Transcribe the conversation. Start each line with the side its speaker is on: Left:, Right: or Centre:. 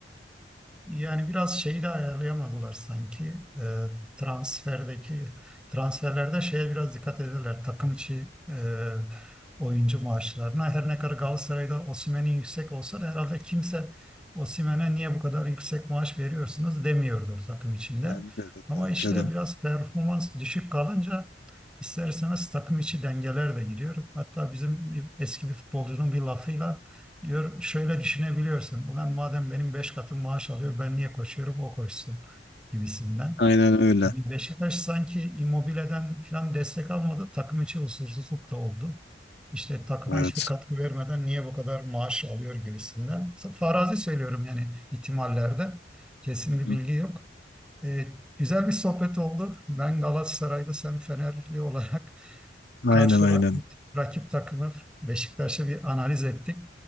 Centre: Yani biraz şeyi de ayarlayamadılar sanki. Ee, transferdeki transferlerde şeye biraz dikkat ederler. Takım içi e, oyuncu maaşlarına. Her ne kadar Galatasaray'da Osimhen'in yüksek olsa da herhalde kimse Osimhen'e niye bu kadar yüksek maaş veriyorsunuz demiyordur takım içinde.
Left: Bence de,
Centre: Ama
Left: bence
Centre: işte
Left: de.
Centre: biraz performans düşük kalınca ister istemez takım içi dengeler de gidiyor. Hatta bizim bir- eski bir futbolcunun bir lafıyla Diyor şöyle düşünebiliyorsun. Ulan madem benim beş katım maaş alıyor ben niye koşuyorum o koşsun gibisinden.
Left: Aynen öyle.
Centre: Yani Beşiktaş sanki Immobile'den falan destek almadı. Takım içi huzursuzluk da oldu. İşte takıma
Left: Evet.
Centre: hiçbir katkı vermeden niye bu kadar maaş alıyor gibisinden. Farazi söylüyorum yani ihtimallerde. Kesin bir
Left: Hı
Centre: bilgi
Left: hı.
Centre: yok. Evet, güzel bir sohbet oldu. Ben Galatasaraylı, sen Fenerli olarak <laughs>
Left: Aynen
Centre: karşı
Left: aynen.
Centre: rakip, rakip takımı Beşiktaş'ı bir analiz ettik.